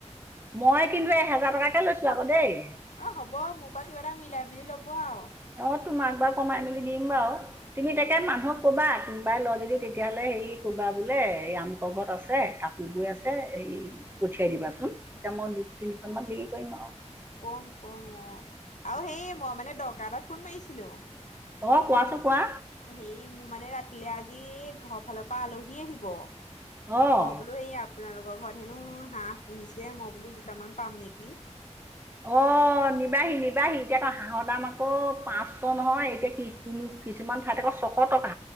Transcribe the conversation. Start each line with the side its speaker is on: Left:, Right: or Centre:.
Right: মই কিন্তু এহেজাৰ টকাকে লৈছো আকৌ দেই।
Left: অ হ'ব মোৰ পৰা কিবা এটা মিলাই মেলি লব আৰু।
Right: অ তোমাক বাৰু কমাই মেলি দিম বাৰু তুমি
Left: অ'
Right: তাকে মানুহক। ক'বা কোনোবাই লয় যদি তেতিয়া হ'লে হেৰি কবা বোলে এই আমোকৰ ঘৰত আছে কা। গৈ আছে সেই পঠিয়াই দিবাচোন এতিয়া মই বিশ, ত্ৰিশখন মান হেৰি কৰিম আৰু।
Left: কম কম অ আৰু
Right: অঁ
Left: সেই মই মানে দৰকাৰ এটাত ফোন মাৰিছিলো।
Right: অ কোৱাচোন কোৱা।
Left: হেৰি মোৰ মানে ৰাতিলে আজি ঘৰ ফালৰ পৰা আলহী আহিব।
Right: অঁ
Left: মই বোলো সেই আপোনালোকৰ ঘৰত হেনো হাঁহ পুহিছে মই বোলো দুটামান পাম নেকি?
Right: অ নিবাহি নিবাহি এতিয়া হাঁহৰ দাম আকৌ পাঁচশ নহয় এতিয়া কি ক। কিছুমান ঠাইত আকৌ ছশ টকা